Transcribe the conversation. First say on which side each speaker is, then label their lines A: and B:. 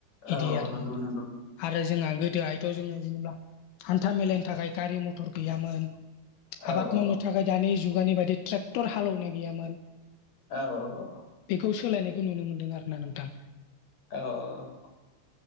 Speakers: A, on the left; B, on the left.
A: औ
B: बिदि
A: औ
B: आरो
A: नंगौ
B: ना
A: नंगौ
B: आरो जोंहा गोदोहायथ' जोङो जेनेबा हान्था मेलानि थाखाय गारि मथर गैयामोन
A: औ
B: आबाद
A: औ
B: मावनो थाखाय दानि जुगानि बायदि ट्रेक्टर हालेवनाय गैयामोन
A: औ - औ।
B: बेखौ सोलायनायखौ नुनो मोन्दों आरो ना नोंथां।
A: औ ओ